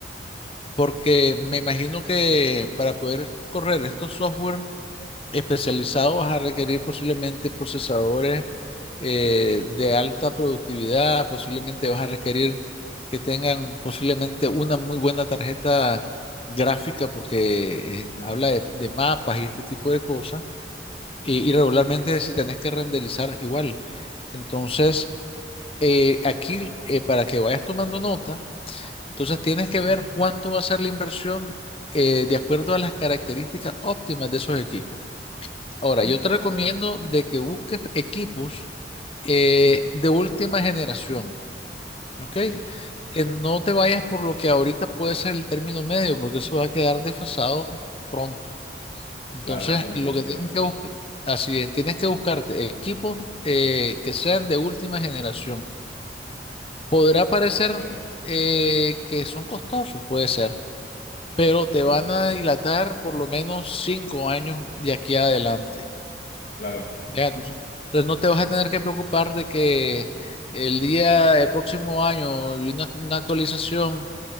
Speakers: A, on the left (about 30°); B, on the left (about 50°).
A: porque me imagino que para poder correr estos software especializados vas a requerir posiblemente procesadores eh, de alta productividad, posiblemente vas a requerir que tengan posiblemente
B: Ujú.
A: una muy buena tarjeta gráfica porque
B: Sí.
A: eh, habla de, de mapas y este tipo de cosas.
B: Ujú.
A: Y, y regularmente si tenés que renderizar igual. Entonces, eh, aquí, eh, para que vayas tomando nota, entonces tienes que ver
B: Ujú.
A: cuánto va a ser la inversión eh, de acuerdo a las características óptimas de esos equipos. Ahora,
B: Sí.
A: yo te recomiendo de que busques equipos eh,
B: Ujú.
A: de última generación, ¿ok?
B: Sí,
A: Que no te vayas por lo que ahorita puede ser el término medio, porque eso va a quedar desfasado pronto. Entonces,
B: claro, tiene
A: lo
B: sentido.
A: que tienes que buscar, así es, tienes que buscarte equipos eh, que sean de última generación. Podrá parecer
B: Ok.
A: eh, que son costosos, puede ser, pero
B: Sí,
A: te van a dilatar por lo menos cinco años de aquí adelante.
B: claro.
A: Ya, tú- entonces no te vas a tener que preocupar de que el día, el próximo año, hay una, una actualización